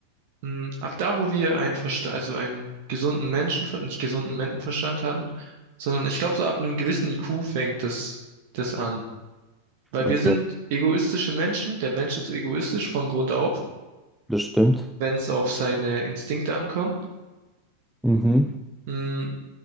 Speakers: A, on the right (about 50°); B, in the centre.
A: Mm, Ab da, wo wir einen Versta also einen gesunden Menschenverstand, nicht gesunden Menschenverstand hatten, sondern ich glaube, so ab einem gewissen IQ fängt das, das an. Weil
B: Okay,
A: wir sind egoistische Menschen, der Mensch ist egoistisch von Grund auf,
B: das stimmt.
A: wenn es auf seine Instinkte ankommt.
B: Mhm.
A: Mm,